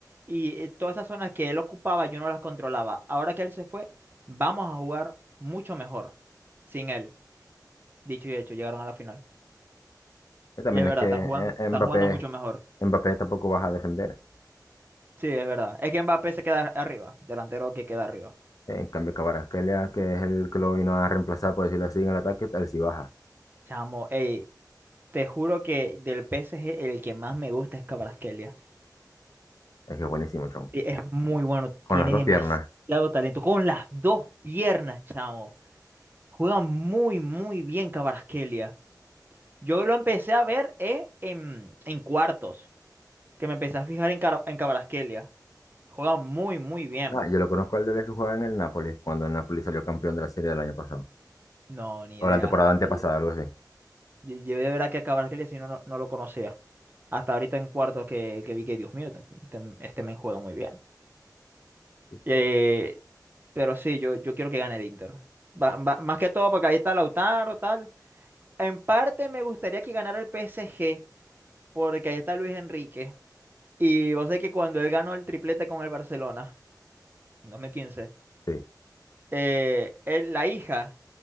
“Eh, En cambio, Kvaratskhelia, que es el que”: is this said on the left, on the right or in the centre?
Left